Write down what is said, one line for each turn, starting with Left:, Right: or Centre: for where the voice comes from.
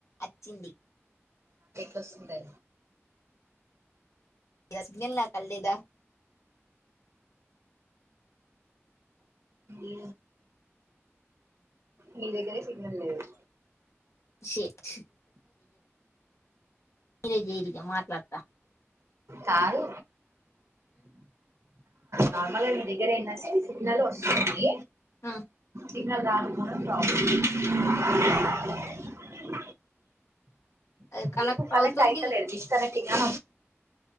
Left: అచ్చింది
Right: రస్తుంది
Left: సిగ్నల్ నా క లేదా
Right: ఈ మీ దగ్గరే సిగ్నల్ లేదు
Left: షేట్ ఇరిగి ఇరిగా మాట్లాడతా
Right: కాదు నార్మల్గా మీ దగ్గర అయినా సరే సిగ్నల్ వస్తుంది
Left: ఉమ్.
Right: <unintelligible>
Left: అది
Right: ఇ కనెక్ట్
Left: అవుతుంది
Right: అయితలే డిస్ కనెక్ట్ ఇగా